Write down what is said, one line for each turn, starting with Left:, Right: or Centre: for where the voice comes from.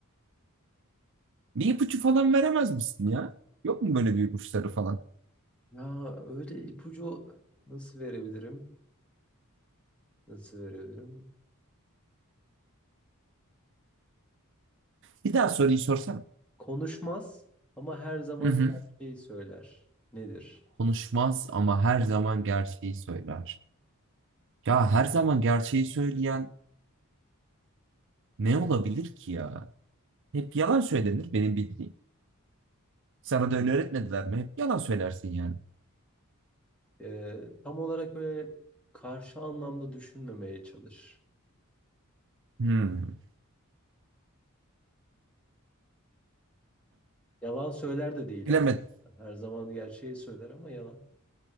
Right: bir ipucu falan veremez misin ya? Yok mu böyle bir ipuçları falan?
Centre: Ya öyle ipucu nasıl verebilirim? Nasıl verebilirim?
Right: Bir daha soruyu sorsana.
Centre: Konuşmaz ama her zaman
Right: Hı hı.
Centre: gerçeği söyler. Nedir?
Right: Konuşmaz ama her zaman gerçeği söyler. Ya her zaman gerçeği söyleyen ne olabilir ki ya? Hep yalan söylenir benim bildiğim. Sana da öyle öğretmediler mi? Hep yalan söylersin yani.
Centre: Ee, tam olarak öyle karşı anlamda düşünmemeye çalış.
Right: Hmm.
Centre: Yalan söyler de değil
Right: Bilemedim.
Centre: aslında. Her zaman gerçeği söyler ama yalan.